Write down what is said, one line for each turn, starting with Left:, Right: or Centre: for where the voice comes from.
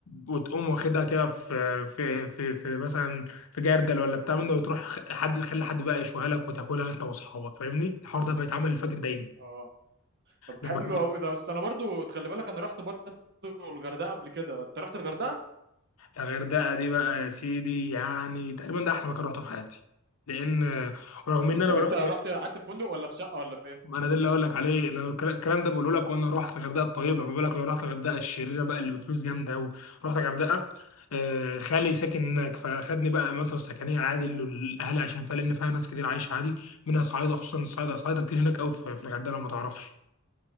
Left: وتقوم واخدها كده في في في في مثلا في جردل ولا بتاع من ده وتروح خ- حد خلي حد بقى يشويها لك وتاكلها انت واصحابك فاهمني الحوار ده بيتعمل الفجر دايما
Right: اه طب
Left: ده
Right: حلو
Left: المكان
Right: قوي ده بس انا برضو تخلي بالك انا رحت برضو الغردقه قبل كده انت رحت الغردقه
Left: الغردقه دي بقى يا سيدي يعني تقريبا ده احلى مكان رحته في حياتي لان رغم ان انا
Right: طب انت
Left: رحت
Right: رحت قعدت في فندق ولا في شقه ولا في ايه
Left: ما انا ده اللي اقول لك عليه اللي أنا الكل- الكلام ده بقوله لك وانا رحت الغردقه الطيبه ما بالك لو رحت الغردقه الشريره بقى اللي بفلوس جامده قوي رحت الغردقه آه، خالي ساكن هناك فاخدني بقى اماكن السكنيه عادي اللي الاهالي عشان فيها لان فيها ناس كتير عايشه عادي منها صعايده خصوصا الصعايده صعايده كتير هناك قوي في في الغردقه لو ما تعرفش